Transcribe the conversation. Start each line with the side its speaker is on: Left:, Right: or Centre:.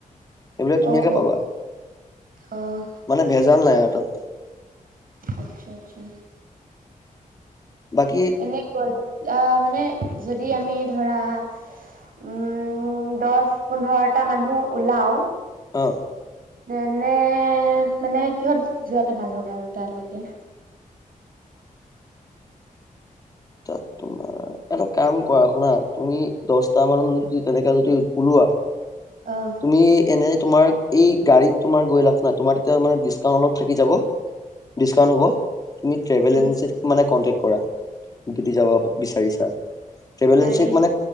Left: সেইবিলাক ধুনীয়াকে
Right: অ', অ',
Left: পাবা
Right: অ',
Left: মানে ভেজাল নাই আৰু তাত।
Right: আচ্ছা, আচ্ছা।
Left: বাকী
Right: এনে কৰি আহ মানে যদি আমি ধৰা। উম দহ পোন্ধৰটা মানুহ উলাও।
Left: অ'।
Right: যেনে মানে কিহত যোৱাটো ভাল হ'ব আৰু তালৈকে?
Left: তাত তোমাৰ। এটা কাম কৰা শুনা তুমি দশটা মানত যদি তেনেকা যদি ওলোৱা।
Right: অহ।
Left: তুমি এনে তোমাৰ এই গাড়ীত তোমাৰ গৈ লাভ নাই তোমাৰ তেতিয়া মানে ডিচকাউণ্ট অলপ থাকি যাব।
Right: <inaudible>
Left: ডিছকাউণ্ট হ'ব তুমি ট্ৰেভেল
Right: উম
Left: এজেঞ্চিত মানে কণ্টেক্ট কৰা। যাব বিচাৰিছা ট্ৰেভেল
Right: পাৰি
Left: এজেঞ্চিক মানে